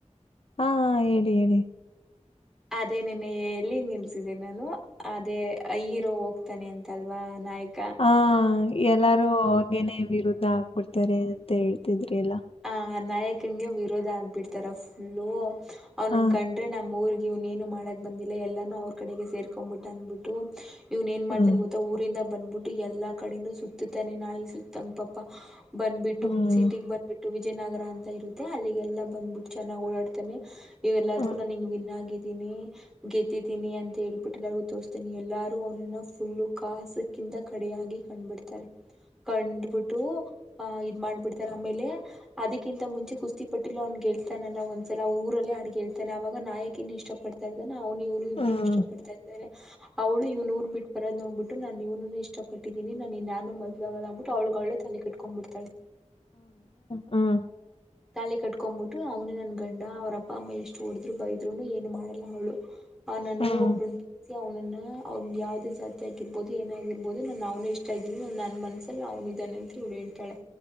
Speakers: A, on the left; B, in the centre.
A: ಹಾ ಹೇಳಿ ಹೇಳಿ.
B: ಅದೇ ನೆನ್ನ ಎಲ್ಲಿ ನಿಲ್ಸಿದೆ ನಾನು ಅದೇ ಹಿರೋ ಹೋಗ್ತಾನೆ ಅಂತಲ್ವಾ ನಾಯಕ
A: ಹ ಎಲ್ಲಾರೂ ಅವ್ರಗೇನೆ ವಿರುದ್ಧ ಆಗ್ಬಿಡ್ತಾರೆ ಅಂತ ಹೇಳ್ತಿದ್ರಿ ಅಲ್ಲಾ.
B: ಆ ನಾಯಕನ್ಗೆ ವಿರೋಧ ಆಗ್ಬಿಡ್ತಾರ ಫುಲ್ಲು ಅವನ
A: ಹ
B: ಕಂಡ ಆದ್ರೆ ನಮ್ಮ ಊರಗ್ ಇವ್ನೇನು ಮಾಡಕ ಬಂದಿಲ್ಲ. ಎಲ್ಲಾನೂ ಅವ್ರ ಕಡೆಗೆ ಸೇರ್ಕೊಂಡಬಿಟ್ಟ ಅಂದ್ಬಿಟ್ಟು ಇವ್ನ ಏನ ಮಾಡ್ತಾನ
A: ಹ್ಮ್
B: ಗೊತ್ತ? ಊರಿಂದ ಬಂದ್ಬಿಟ್ಟು ಎಲ್ಲಾ ಕಡೆನು ಸುತ್ತುತ್ತಾನೆ ನಾಯಿ ಸುತ್ತಂಗ ಪಾಪ. ಬಂದ್ಬಿಟ್ಟು
A: ಹ್ಮ್
B: ಸಿಟಿಗೆ ಬಂದ ವಿಜಯನಗರ ಅಂತ ಇರುತ್ತೆ ಅಲ್ಲಿಗೆಲ್ಲಾ ಬಂದ್ಬಿಟ್ಟು ಚೆನ್ನಾಗ್ ಓಡಾಡ್ತಾನೆ. ಇವೆಲ್ಲದಕ್ಕೂ
A: ಹ್ಮ್
B: ನಾನ ನಿಂಗ ವಿನ ಆಗಿದ್ದೀನಿ. ಗೆದಿದ್ದೀನಿ ಅಂತ ಹೇಳ್ಬಿಟ್ಟು ಎಲ್ಲರ್ಗೂ ತೋರಾಸ್ತಾನೆ. ಎಲ್ಲಾರು ಅವನ ಫುಲ್ಲು ಕಾಸ ಕಿಂತ ಕಡೆಯಾಗಿ ಕಂಡ್ಬಿಡ್ತಾರೆ ಕಂಡ್ಬಿಟ್ಟು ಆಹ ಇದ ಮಾಡ್ಬಿಡ್ತಾರೆ ಆಮೇಲೆ ಅದಕ್ಕಿಂತ ಮುಂಚೆ ಕುಸ್ತಿಪಟ್ಟಿಲ್ಲ ಅವ್ನ ಗೆಲ್ತಾನಲ್ಲ ಒಂದ್ಸಲ ಅವ ರಲ್ಲಿ ಆಡಿ ಗೆಲ್ತಾನೆ ಅವಾಗ ನಾಯಕಿನ್ ಇಷ್ಟ ಪಡ್ತಾ ಇದ್ದಾನೆ ಅವ್ನು ಇವ್ನು ಇಬ್ಬರು
A: ಹ್ಮ್
B: ಇಷ್ಟ ಪಡ್ತಾ ಇರ್ತಾರೆ. ಅವಳು ಇವ್ನ ಊರು ಬಿಟ್ಟ ಬರೋದ ನೋಡ್ಬಟ್ಟು ನಾನ್ ಇವ್ನನ್ನೆ ಇಷ್ಟ ಪಟ್ಟಿದೀನಿ ನಾನ್ ಇನ್ ಯಾರನ್ನು ಮದ್ವೆ ಆಗಲ್ಲ ಅಂದಬಿಟ್ಟು ಅವ್ಲ್ಗ ಅವಳೆ ತಾಳಿ ಕಟ್ಕೊಂಡ್ ಬಿಡ್ತಾಳೆ.
A: ಹಂ
B: ತಾಳಿ ಕಟ್ಕೊಂಡ್ ಬಿಟ್ಟು ಅವನೆ ನನ್ ಗಂಡ ಅವ್ರ ಅಪ್ಪ ಅಮ್ಮ ಎಷ್ಟು ಹೊಡುದ್ರು ಬೈದ್ರುನು ಏನು ಮಾಡಲ್ಲ ಅವಳು. <unintelligible> ಹ ನಾನು
A: ಹ್ಮ್
B: ಒಬ್ಬರುನ್ನ ಅವ್ನನ್ನ ಅವ್ನ್ ಯಾವ್ದೇ ಜಾತಿ ಆಗಿರ್ಬೋದು ಏನ ಆಗಿರ್ಬೋದು ನಾನ್ ಅವ್ನೇ ಇಷ್ಟ ಇದೀನಿ ನನ್ ಮನ್ಸ ಅ ಅವ್ನ ಇದಾನೇ ಅಂತ ಇವ್ಳ ಹೇಳ್ತಾಳೆ